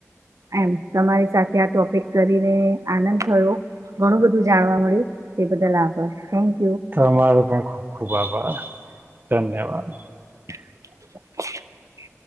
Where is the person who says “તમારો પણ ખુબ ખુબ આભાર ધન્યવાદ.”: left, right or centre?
Right